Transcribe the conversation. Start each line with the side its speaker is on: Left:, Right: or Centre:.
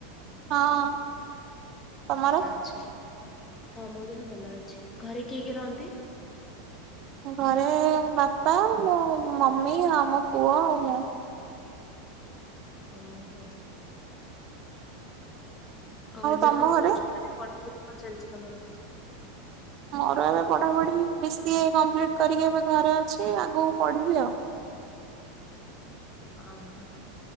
Right: ହଁ। ତମର?
Left: ଆଚ୍ଛା, ହଁ ମୋ ଦେହ ଭଲ ଅଛି, ଘରେ କିଏ କିଏ ରହନ୍ତି?
Right: ଘରେ ବାପା ମୋ ମମି ଆଉ ଆମ ପୁଅ ଆଉ ମୁଁ।
Left: ଅ ହଁ, ଆଉ ଏବେ
Right: ତମ
Left: କଣ
Right: ଘରେ?
Left: କରୁଛ ମାନେ କଣ ଚାଲିଛି ତମର?
Right: ମୋର ଏବେ ପଢ଼ାପଢି଼ ବିସିଏ କମ୍ପ୍ଲିଟ କରିକି ଏବେ ଘରେ ଅଛି, ଆଗକୁ ପଢି଼ବି ଆଉ।
Left: ଅ ହଁ।